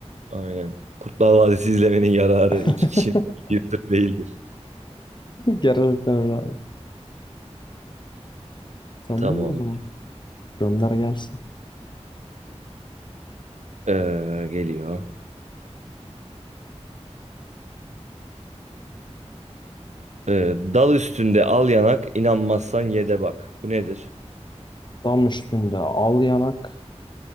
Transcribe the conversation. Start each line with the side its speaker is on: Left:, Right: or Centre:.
Right: Aynen. Kurtlar Vadisi izlemenin yararı
Left: <laughs>
Right: iki kişinin bildiği sır değildir.
Left: Gerçekten öyle abi. Sen
Right: Tamam.
Left: değil mi o zaman? Gönder gelsin.
Right: Ee, geliyor. Ee, dal üstünde al yanak, inanmazsan ye de bak. Bu nedir?
Left: Dam üstünde al yanak.